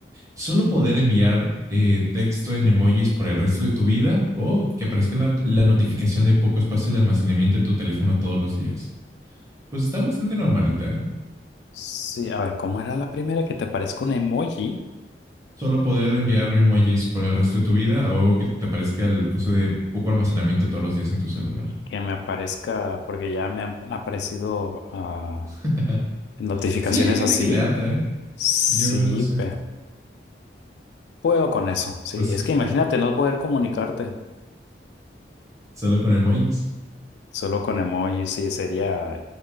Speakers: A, on the right; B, on the left.
A: Solo poder enviar eh, texto en emojis por el resto de tu vida o que aparezca la, la notificación de poco espacio de almacenamiento de tu teléfono todos los días. Pues está bastante normalita, ¿eh?
B: Sí, a ver, ¿cómo era la primera? Que te aparezca un emoji,
A: Solo poder enviar emojis por el resto de tu vida o que te aparezca el coso de poco almacenamiento todos los días en tu celular.
B: que me aparezca, porque ya me han aparecido ah,
A: <laughs>
B: notificaciones
A: Sí, hay gente
B: así.
A: que le harta, ¿eh?
B: Sí,
A: Yo no sé.
B: pe- puedo con eso. Sí,
A: Pues
B: es que imagínate no poder comunicarte
A: solo con emojis.
B: solo con emojis, sí, sería,